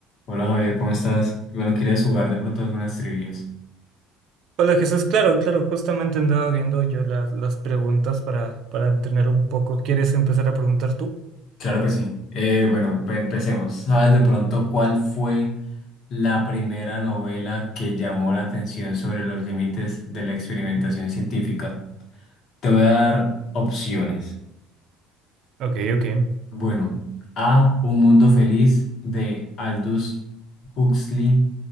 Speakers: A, on the left (about 55°); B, on the right (about 60°).
A: Hola Javier, ¿cómo estás? Bueno, ¿quieres jugar de pronto algunas trivias?
B: Hola Jesús, claro, claro, justamente andaba viendo yo las, las preguntas para, para tener un poco. ¿Quieres empezar a preguntar tú?
A: Claro que sí. Eh, bueno, pe- empecemos. ¿Sabes de pronto cuál fue la primera novela que llamó la atención sobre los límites de la experimentación científica? Te voy a dar opciones.
B: Ok, ok.
A: Bueno, A, Un mundo feliz de Aldous Huxley.